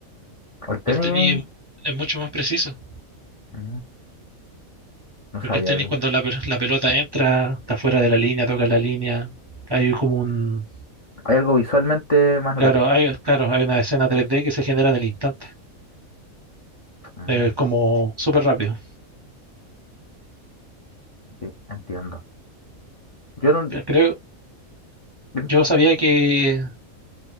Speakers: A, on the left (about 55°); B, on the right (about 30°).
A: Al tenis,
B: El tenis
A: eh?
B: es, es mucho más preciso,
A: Ah, no
B: porque
A: sabía.
B: el tenis
A: que-
B: cuando la, pel- la pelota entra, está fuera de la línea, toca la línea, hay como un...
A: Hay algo visualmente más notorio.
B: Claro, hay, claro, hay una escena 3D que se genera en el instante.
A: Ah,
B: Eh, Es como súper rápido.
A: sí, entiendo. Yo no.
B: Creo,
A: Dime,
B: yo sabía que,